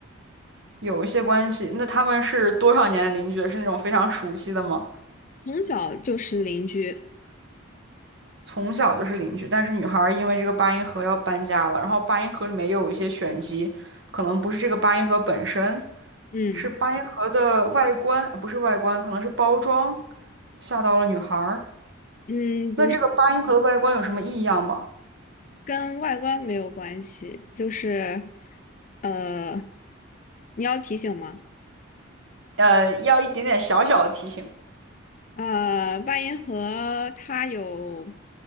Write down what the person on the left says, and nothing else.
从小就是邻居。
嗯
嗯，
不是。跟外观没有关系，就是呃，你要提醒吗？
呃，八音盒它有